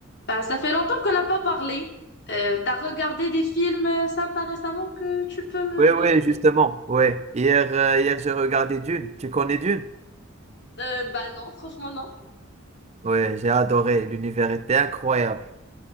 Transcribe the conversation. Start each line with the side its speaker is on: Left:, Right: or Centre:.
Left: Bah, ça fait longtemps qu'on n'a pas parlé. Euh, t'as regardé des films euh, sympas récemment que tu peux me
Right: Oui,
Left: donner?
Right: oui, justement, ouais. Hier, euh, hier j'ai regardé Dune. Tu connais Dune?
Left: Euh, bah non, franchement non.
Right: Ouais, j'ai adoré. L'univers était incroyable.